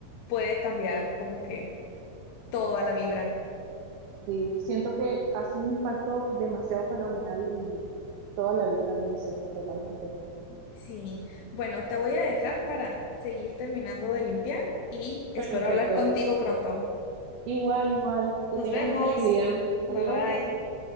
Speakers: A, on the left; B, on the right.
A: puede cambiar como que toda la vibra.
B: Sí, siento que hace un impacto demasiado fenomenal en toda la vida de una escena, totalmente.
A: Sí, bueno, te voy a dejar para seguir terminando de limpiar y espero
B: Perfecto.
A: hablar contigo pronto.
B: Igual, igual,
A: Nos
B: que tengas
A: vemos.
B: un feliz día.
A: Bye
B: Adiós.
A: bye.